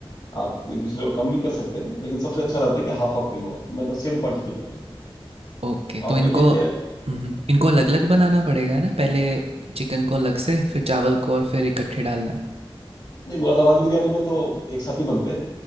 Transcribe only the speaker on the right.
ओके।
तो इनको
उहुँ, इनको अलग-अलग
बनाना पड़ेगा, है ना? पहले चिकन को अलग से, फिर चावल को और फिर इकट्ठे डालना है?